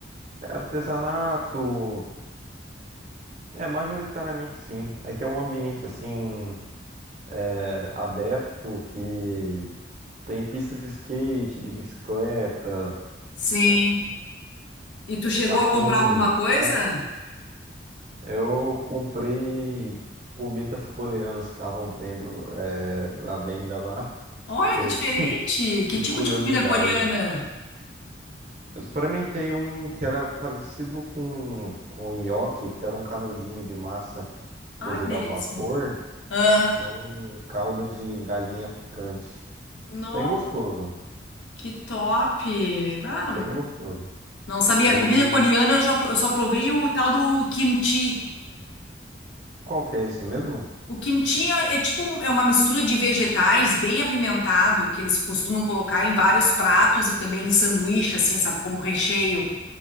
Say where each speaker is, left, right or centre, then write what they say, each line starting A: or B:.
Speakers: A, on the right; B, on the left.
A: É artesanato, é majoritariamente sim. É que é um ambiente assim é, aberto que tem pista de skate, de bicicleta,
B: Sim. E tu chegou
A: patins,
B: a comprar alguma coisa?
A: sabe? Eu comprei comidas coreanas que estavam tendo é, à venda lá
B: Olha
A: e
B: que
A: eu
B: diferente!
A: ti- <laughs>
B: Que
A: tive
B: tipo
A: curiosidade.
B: de comida coreana?
A: Eu experimentei um que era parecido com um nhoque, que era um canudinho de massa
B: Ai,
A: cozida
B: que delícia.
A: ao vapor
B: Ah,
A: num caldo de galinha picante.
B: nossa,
A: Bem gostoso,
B: que top! Não, não
A: bem gostoso.
B: Não sabia.
A: E
B: Comida coreana eu já pro- eu só provei o tal do kimchi.
A: qual que é esse mesmo?
B: O kimchi é, é tipo um- é uma mistura de vegetais bem apimentado que eles costumam colocar em vários pratos e também em sanduíche, assim, sabe, como recheio.